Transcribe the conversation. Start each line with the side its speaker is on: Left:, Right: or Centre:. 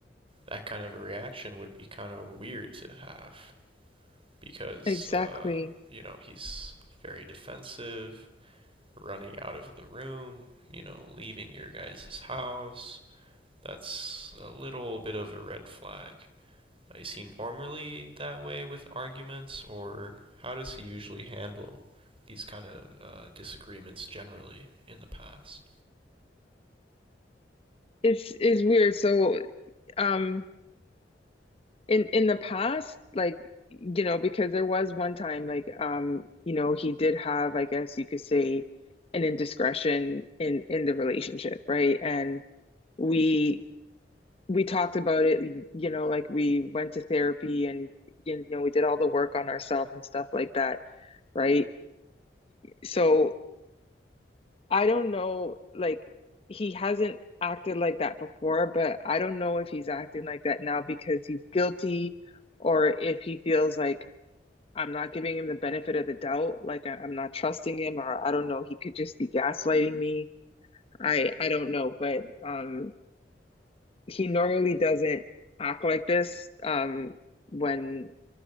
Right: that kind of a reaction would be kind of weird to have. because
Left: exactly.
Right: uh, you know he's very defensive, running out of the room, you know, leaving your guys' house. That's a little bit of a red flag. Is he normally that way with arguments, or how does he usually handle these kind of uh, disagreements generally in the past?
Left: It's it's weird. So um in in the past like you know because there was one time like um you know he did have I guess you could say an indiscretion in in the relationship right and we we talked about it you know like we went to therapy and you know we did all the work on ourselves and stuff like that right so I don't know, like he hasn't acted like that before, but I don't know if he's acting like that now because he's guilty or if he feels like I'm not giving him the benefit of the doubt, like I, I'm not trusting him, or I don't know, he could just be gaslighting me. I I don't know, but um he normally doesn't act like this um when